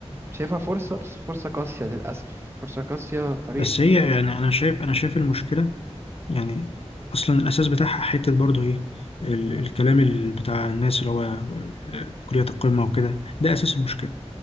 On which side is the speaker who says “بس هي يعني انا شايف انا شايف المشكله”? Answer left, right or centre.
Left